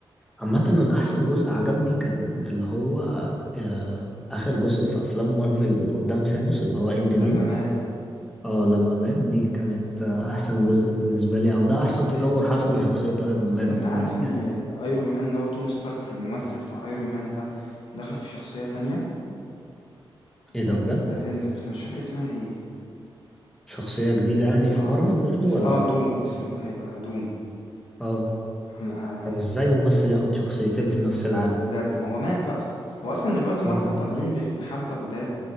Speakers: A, in the centre; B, on the left.
A: عامة أنا أحسن جزء عجبني كان اللي هو آه، آخر جزء في أفلام مارفل قدام سانوس اللي هو إند
B: لما
A: جيم
B: مات
A: اه لما مات دي كانت آه، أحسن جزء بالنسبة لي أو ده أحسن
B: بس
A: تطور حصل لشخصية أيرون مان
B: انت
A: عموما
B: عارف ان
A: يعني
B: ايرون مان اللي هو توني ستارك الممثل بتاع ايرون مان ده دخل في شخصية تانية
A: إيه ده
B: هت...
A: بجد؟
B: هتنزل بس انا مش فاكر اسمها ايه
A: شخصية
B: اس...
A: جديدة يعني في
B: اه
A: مارفل برضو
B: اس...
A: ولا
B: اه دوم اسمه إيه؟ هيبقى دوم
A: اه
B: عم- آه...
A: طب إزاي ممثل ياخد شخصيتين في نفس العالم؟
B: بجد ما هو مات بقى هو اصلا دلوقتي مارفل
A: اه
B: طالعين بش- بحبة جداد